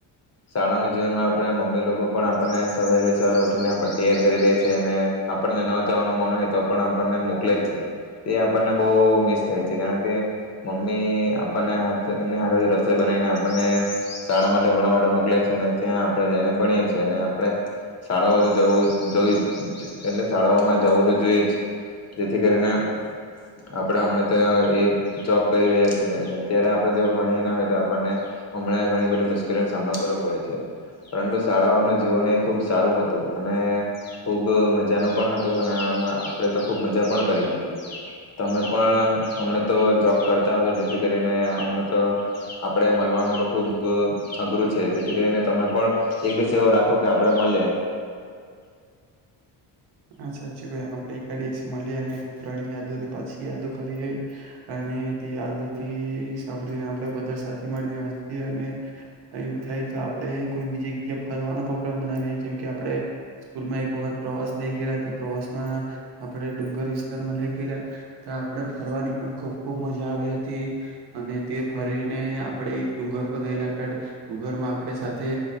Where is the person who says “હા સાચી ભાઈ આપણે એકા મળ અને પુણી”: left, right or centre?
Right